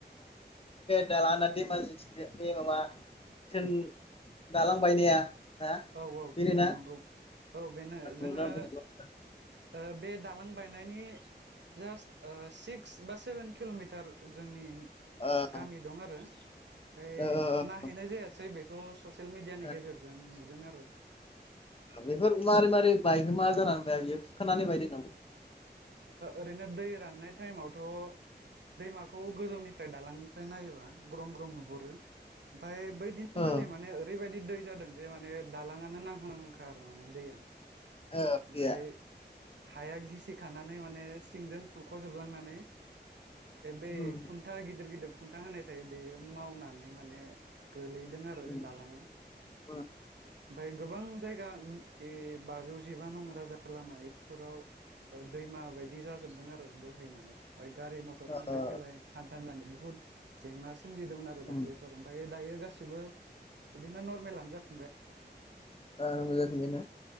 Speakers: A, on the left; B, on the right.
A: दाला होना दैमा जिथिं बे माबा थेन दालां बायनाया ना
B: औ औ
A: बेनो
B: औ
A: ना
B: नंगौ औ बेनो जोङो
A: नुदों फेसबुकाव
B: ओ बे दालां बायनायनि जास्ट सिक्स बा सेभेन किल'मिटार जोंनि
A: ओ
B: गामि दं आरो फाय
A: ओ
B: नायहैनाय जायासै बेखौ ससियेल मिडियानि
A: ओ
B: गेजेरजों नुदों आरो
A: बेफोर मारै मारै बायहोमा जानानै बियो खुरखानानै बायदों नामा?
B: ओरैनो दै राननाय टाइमावथ' दैमाखौ गोजौनिफ्राय दालांनिफ्राय नायोबा ग्रं ग्रं नुहुरो ओम बै दिनखालि
A: गैया
B: माने ओरैबायदि दै जादों जे माने दालाङानो नांहां नांहांखा आरो माने दैया
A: ओ
B: ओमफ्राय
A: बिया
B: हाया गिसि खानानै माने सिंजों फुरख' जोबलांनानै बै
A: उम
B: खुनथा गिदिर गिदिर खुनथा होनाय थायो बे मावनानै माने गोलैदों आरो
A: उम
B: दालाङा
A: ओ
B: ओमफ्राय गोबां जायगा बाजौ जिबा नं राजा लामाफोराव दैमा बाय बिदि जाजोबदों आरो बोहैनानै ओमफ्राय गारि मथर
A: ओ
B: थांलाय
A: ओ
B: फैलाय हानथा मेलानि बुहुद जेंना सोमजिदोंमोन आरो
A: ओ
B: दाख्लैफोर ओमफ्राय दायो गासिबो बिदिनो नर मेलानो जाफिनबाय
A: ओ मोजाखो <unintelligible> बे ना